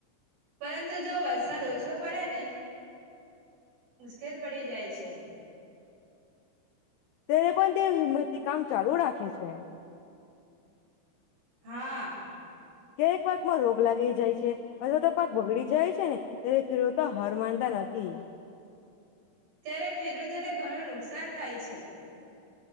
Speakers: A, on the right; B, on the left.
A: પરંતુ જો વરસાદ ઓછો પડે ને? મુશ્કેલ પડી જાય છે.
B: તેને પણ તે હિમ્મતથી કામ ચાલુ રાખે છે.
A: હા.
B: ક્યારેક પાકમાં રોગ લાગી જાય છે. અથવા તો પાક બગડી જાય છે ને ત્યારે ખેડૂતો હાર માનતા નથી.
A: ત્યારે ખેડૂતોને ઘણું નુકસાન થાય છે.